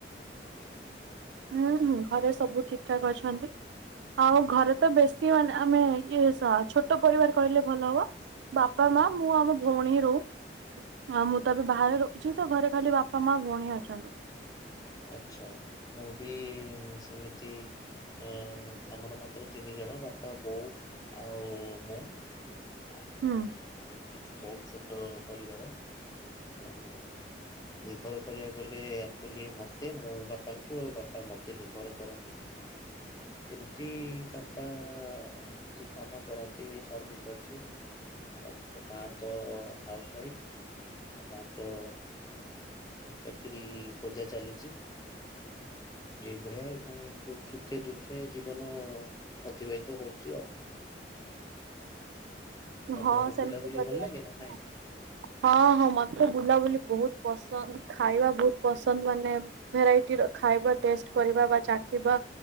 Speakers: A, on the right (about 80°); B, on the left (about 20°).
A: ହୁଁ ହୁଁ ଘରେ ସବୁ ଠିକ୍ ଠାକ୍ ଅଛନ୍ତି। ଆଉ ଘରେ ତ ବେଶି ମାନେ ଆମେ ଇଏ ଛୋଟ ପରିବାର କହିଲେ ଭଲ ହବ। ବାପା, ମା, ମୁଁ ଆମ ଭଉଣୀ ହିଁ ରହୁ। ଆଉ ମୁଁ ତ ଏବେ ବାହାରେ ରହୁଚି ତ ଘରେ ଖାଲି ବାପା, ମା, ଭଉଣୀ ଅଛନ୍ତି।
B: ଆଛା ମୁଁ ବି ସେମିତି ଆଁ ଆମର ମାତ୍ର ତିନି ଜଣ ବାପା, ବୋଉ ଆଉ ମୁଁ। ଆଉ
A: ହୁଁ
B: ଏଇ ବୋହୁତ ଛୋଟ ପରିବାର। ଆଉ ନିର୍ଭର କରିବାକୁ ଗଲେ ଆକ୍ତୁଆଲି ମତେ ତେ ମୋ ବାପାଙ୍କୁ ଆଉ ବାପା ମତେ ନିର୍ଭର କରନ୍ତି ଏମିତି ବା ପା ଏମିତି କାମ କରନ୍ତି ସର୍ଭିସ୍ ଅଛି। ଆଉ ମା ତ ହାଉସ୍ ୱାଇଫ୍ ଆଉ ମୁଁ ତ ଚାକିରି ଖୋଜା ଚାଲିଚି। ଏଇଭଳିଆଉ ସୁଖେ ଦୁଖେ ଜୀବନ ଅତିବାହିତ ହୋଉଚି ଆଉ। ଆପଣଙ୍କୁ
A: ହଁ ସେମିତି
B: ବୁଲାବୁଲି
A: କରିବା
B: ଭଲ ଲାଗେ
A: କଥା।
B: ନା ନାଇଁ?
A: ହଁ ହଁ ମତେ ବୁଲାବୁଲି ବୋହୁତ୍ ପସନ୍ଦ। ଖାଇବା ବୋହୁତ ପସନ୍ଦ ମାନେ ଭେରାଇଟି ଖାଇବା ଟେଷ୍ଟ କରିବା ବା ଚାଖିବା।